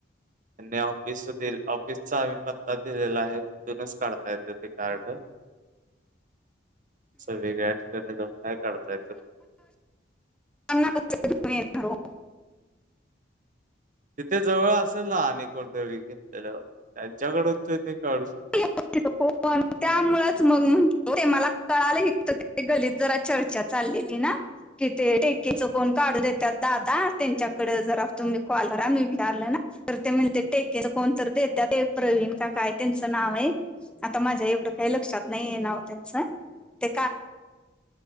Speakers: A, on the right; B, in the centre.
A: त्यांनी ऑफिस ऑफिसचा आम्ही पत्ता दिलेला आहे. तिथून काढता येत ते कार्ड. स या ठिकाणी काय काढता येत.
B: ना <inaudible> बो <inaudible>
A: तिथे जवळ असेल ना आणि कोणतरी घेतलेलं त्यांच्याकडूनच त काढू शकतात.
B: ण त्यामुळेच मग म्हतो ते मला कळालाही ते गल्लीत जरा चर्चेत चाललेली ना. कि ते टेकीच कोण काढू देतात दादा त्यांच्याकडे जरा तुम्ही कॉल करा मी विचारलं ना. तर ते म्हणते टेक्या कोणत देतात ते प्रवीण का काय. त्यांच नाव आहे आता माझ्या एवढ काही लक्षात नाहीय नाव त्यांच ते.